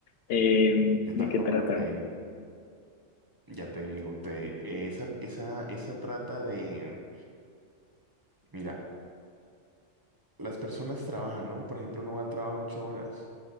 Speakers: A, on the left; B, on the right.
A: Em,
B: Yo
A: ¿de
B: tampoco
A: qué trata?
B: lo creía. Ya te digo, te, esa, esa, esa trata de, mira, las personas trabajan, ¿no? Por ejemplo, no va al trabajo ocho horas.